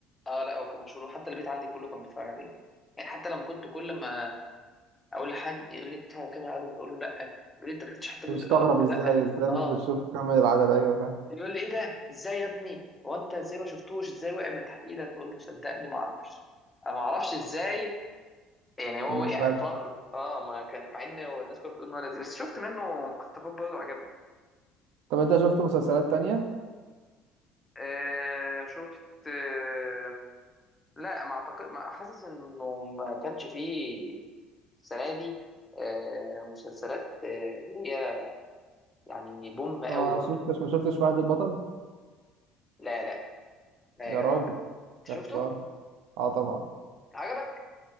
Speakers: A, on the left (about 20°); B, on the right (about 75°).
A: اه لا هو كان مشهور وحتى البيت عندي كله كان بيتفرج عليه يعني حتى لما كنت كل ما اقول لحد يقول لي انت بتتفرج على كام العدد اقول له لا يقول لي انت ما شفتش حتى الجزء
B: استغرب
A: الاول اقول له
B: ازاي
A: لا
B: ازاي
A: اه
B: مش بتشوف كمل العدد ايوه فاهم
A: يقول لي ايه ده ازاي يا ابني هو انت ازاي ما شفتوش ازاي وقع من تحت ايدك اقول له صدقني ما اعرفش انا ما اعرفش ازاي يعني هو
B: أمم،
A: وقع
B: فاكر
A: طارق اه ما كان مع ان هو الناس كانت بتقول انه لذيذ بس شفت منه مقتطفات برضه عجبني
B: طب انت شفت مسلسلات تانية
A: آه شفت آه، لا ما اعتقد ما حاسس انه ما كانش فيه السنه دي آه، مسلسلات آه، اللي هي يعني بوم قوي
B: ما
A: برضو
B: شفتش ما شفتش فهد البطل
A: لا لا لا
B: يا
A: يا جدع
B: راجل
A: لا انت
B: يا
A: شفته
B: خساره اه طبعا
A: عجبك